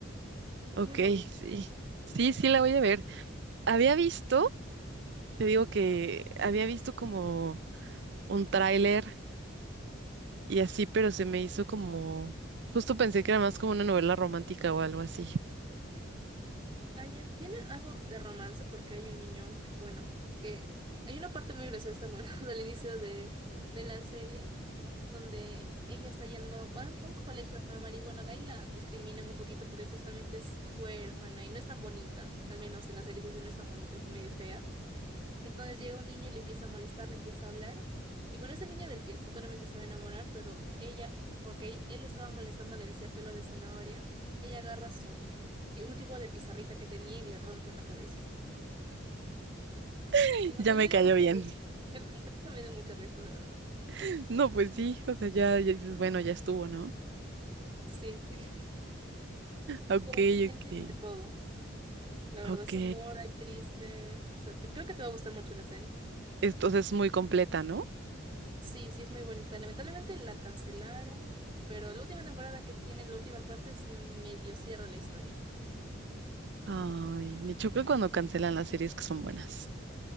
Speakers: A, on the right (about 25°); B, on the right (about 60°).
A: es
B: Ok,
A: muy bonito.
B: sí. Sí, sí, la voy a ver. Había visto, te digo que había visto como un tráiler y así, pero se me hizo como, justo pensé que era más como una novela romántica o algo así.
A: Ah, ya, tiene algo de romance porque hay un niño, bueno, que hay una parte muy graciosa, bueno, <laughs> del inicio de, de la serie donde ella está yendo, bueno, a un colegio normal y bueno, la la discriminan un poquito porque justamente es huérfana y no es tan bonita, al menos en la serie se dice no es tan bonita, es medio fea. Entonces llega un niño y le empieza a molestar, le empieza a hablar. Y bueno, es el niño del que futuramente se va a enamorar, pero ella, porque él estaba molestando, le decía pelo de zanahoria, ella agarra su, un tipo de pizarrita que tenía y le rompe en la cabeza.
B: <laughs>
A: Y no
B: Ya
A: se
B: me
A: me
B: cayó
A: dio mucha
B: bien.
A: risa. El contexto me dio mucha risa, la verdad.
B: <laughs> No, pues sí, o sea, ya, ya dices, bueno, ya estuvo, ¿no?
A: Sí, <laughs> sí,
B: Ok,
A: pero se tiene
B: ok,
A: de todo. La verdad
B: ok.
A: es humor, hay triste. O sea, te- creo que te va a gustar mucho la serie.
B: Entonces es muy completa, ¿no?
A: Sí, sí, es muy bonita. Lamentablemente la cancelaron, pero la última temporada que tiene, la última parte, sí medio cierra la historia.
B: Ay, me choca cuando cancelan las series que son buenas.